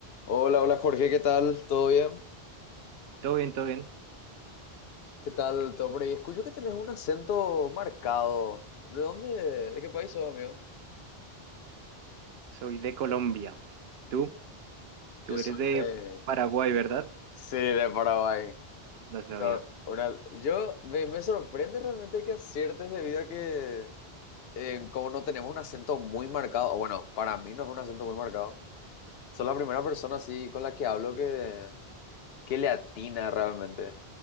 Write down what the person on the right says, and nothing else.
Todo bien, todo bien.
Soy de Colombia. ¿Tú? Tú
eres de
Paraguay, ¿verdad?
No sabía.